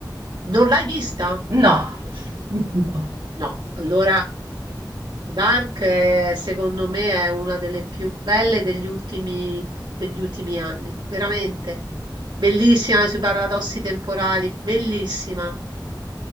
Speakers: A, on the right; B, on the right.
A: non l'hai vista?
B: No. <laughs> No.
A: No, allora Dark è, secondo me è una delle più belle degli ultimi, degli ultimi anni, veramente. Bellissima sui paradossi temporali, bellissima,